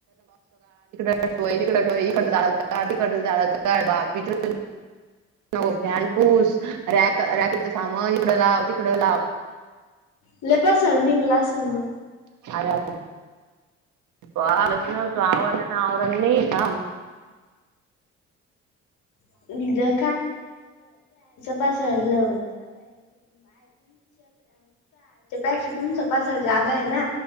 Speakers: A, on the right; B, on the left.
A: <unintelligible> <unintelligible> नको फॅनपूस रॅक रॅकीचं सामान इकडं लाव तिकडं लाव.
B: लय पसारा निघला आसल मग
A: <inaudible>
B: <unintelligible> <unintelligible> आईच्या पसऱ्यापेक्षा तुमचा पसाला जादा आहे ना